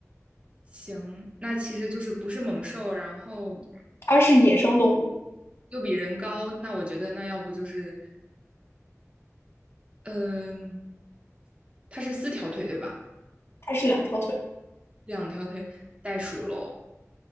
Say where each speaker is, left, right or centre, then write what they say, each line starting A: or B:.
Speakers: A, on the right (about 25°); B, on the left (about 50°).
A: 行，那其实就是不是猛兽，然后
B: 它是野生动物，
A: 又比人高，那我觉得那要不就是，嗯、它是四条腿对吧？
B: 它是两条腿，
A: 两条腿袋鼠喽，